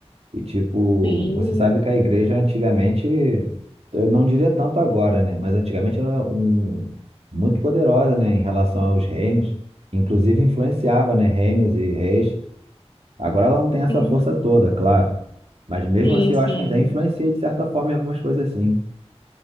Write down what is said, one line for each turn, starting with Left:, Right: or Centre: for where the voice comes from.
Right: E tipo,
Left: Sim,
Right: você sabe que a igreja antigamente, eu não diria tanto agora, né? Mas antigamente era um, muito poderosa, né? Em relação aos reinos, inclusive influenciava, né? Reinos e reis. Agora ela não tem essa
Left: sim,
Right: força toda, claro. Mas mesmo
Left: sim,
Right: assim,
Left: sim.
Right: eu acho que ainda influencia de certa forma em algumas coisas, sim.